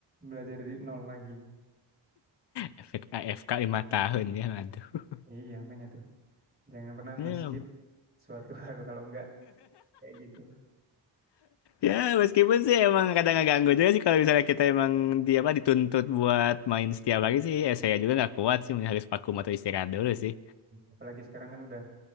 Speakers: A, on the right; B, on the left.
A: belajar dari nol lagi.
B: Efek AFK lima tahun ya, aduh.
A: Iya, makanya tuh. Jangan pernah
B: Ya,
A: nge-skip suatu <laughs> hal kalau enggak kayak gitu.
B: ya, meskipun sih emang kadang agak ganggu juga sih kalau misalnya kita emang di apa dituntut buat main setiap hari sih, ya saya juga nggak kuat sih, mungkin harus vakum atau istirahat dulu sih.
A: Apalagi sekarang kan udah